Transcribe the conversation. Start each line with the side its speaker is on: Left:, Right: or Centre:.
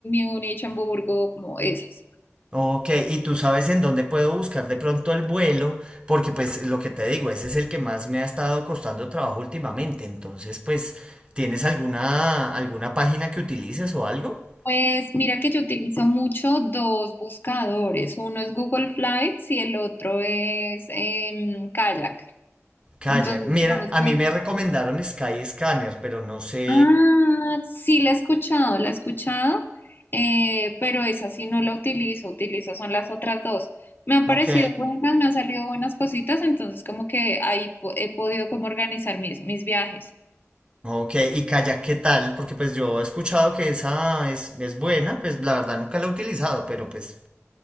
Left: Múnich, Hamburgo, como esas.
Right: Ok, y tú sabes en dónde puedo buscar de pronto el vuelo, porque pues lo que te digo, ese es el que más me ha estado costando trabajo últimamente. Entonces, pues, ¿tienes alguna alguna página que utilices o algo?
Left: Pues mira que yo utilizo mucho dos buscadores, uno es Google Flights y el otro es em, Kayak.
Right: Kayak.
Left: Entonces,
Right: Mira,
Left: digamos
Right: a
Left: que
Right: mí me recomendaron Skyscanner, pero no sé.
Left: Ah, sí, la he escuchado, la he escuchado, eh, pero esa sí no la utilizo, utilizo son las otras dos. Me han
Right: Ok.
Left: parecido buenas, me han salido buenas cositas, entonces como que ahí po- he podido como organizar mis, mis viajes.
Right: Ok, y Kayak, ¿qué tal? Porque pues yo he escuchado que esa es, es buena, pues la verdad nunca la he utilizado, pero pues,